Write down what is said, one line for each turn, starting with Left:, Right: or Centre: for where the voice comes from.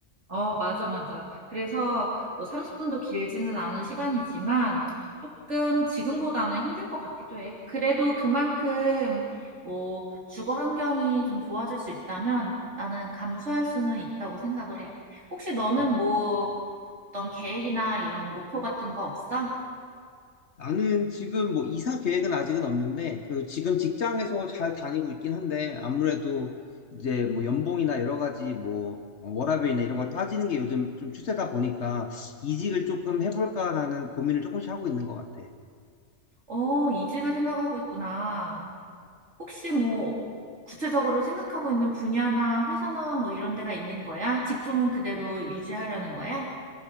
Right: 어, 맞아, 맞아. 그래서 뭐 30분도 길지는 않은 시간이지만 조금 지금보다는 힘들 것 같기도 해. 그래도 그만큼 뭐 주거 환경이 좀 좋아질 수 있다면 나는 감수할 수는 있다고 생각을 해. 혹시 너는
Left: 음.
Right: 뭐 어떤 계획이나 이런 목표 같은 거 없어?
Left: 나는 지금 뭐 이사 계획은 아직은 없는데, 그리고 지금 직장에서 잘 다니고 있긴 한데, 아무래도 이제 뭐 연봉이나 여러 가지 뭐, 어, 워라밸이나 이런 걸 따지는 게 요즘 좀 추세다 보니까, 이직을 조금 해볼까라는 고민을 조금씩 하고 있는 것 같아.
Right: 어, 이직을 생각하고 있구나. 혹시 뭐 구체적으로 생각하고 있는 분야나 회사나 뭐 이런 데가 있는 거야? 직종은 그대로 유지하려는 거야?